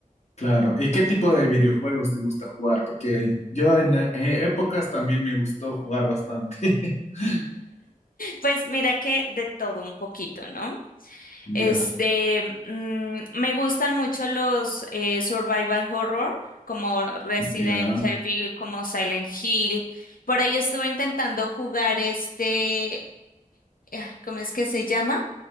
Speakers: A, on the left; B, on the left.
A: Claro. ¿Y qué tipo de videojuegos te gusta jugar? Porque yo en e, eh, épocas también me gustó jugar bastante. <laughs>
B: Pues mira que de todo un poquito, ¿no?
A: Ya,
B: Este, mm, me gustan mucho los eh, survival horror, como Resident
A: ya,
B: Evil, como Silent Hill. Por ahí estuve intentando jugar este, ay, ¿cómo es que se llama?